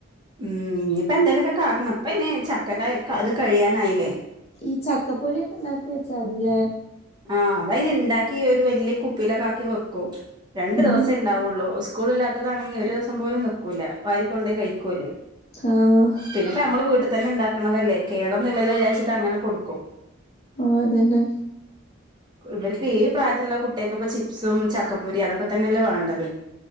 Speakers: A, on the right; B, on the left.
A: ഉം ഇനിയിപ്പ എന്തേലുമൊക്കെ കാട്ടണം അപ്പ ഇനി ചക്കന്റെ അത് കഴിയാനായില്ലേ
B: ഈ ചക്കപ്പൊരി ഒക്കെ ണ്ടാക്കി വെച്ചാ അതിലേ
A: ആ അത അന് ഉണ്ടാക്കി ഒരു വലിയ കുപ്പിലൊക്കെ ആക്കി വെക്കും രണ്ടു
B: ഉം
A: ദിവസംേ ഉണ്ടാവുള്ളൂ സ്കൂള ഇല്ലാത്തതാണെിൽ ഒരു ദിവസം പോലും നോക്കൂല്ല വാരി കൊണ്ടോയി
B: ആഹ്
A: <unintelligible> ന്നെപ്പ നമ്മൾ വീട്ട തന്നെ ഉണ്ടാക്കണതല്ലേ കേടന്ന ഇല്ലോ വിചാരിച്ചിട്ട് അങ്ങനെ കൊടുക്കും
B: ആ അതന്നെ
A: ഇവർക്ക് ഈ പ്രായത്തിലുള്ള കുട്ടികക്ക് ഇപ്പ ചിപ്സും ചക്കപ്പൊരി അതൊക്കെ തന്നെയല്ലേ വേണ്ടത്